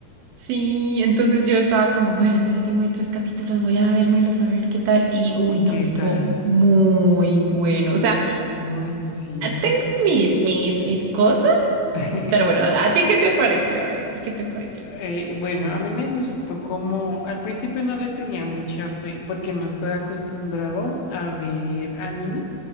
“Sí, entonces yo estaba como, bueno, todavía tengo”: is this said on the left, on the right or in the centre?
Right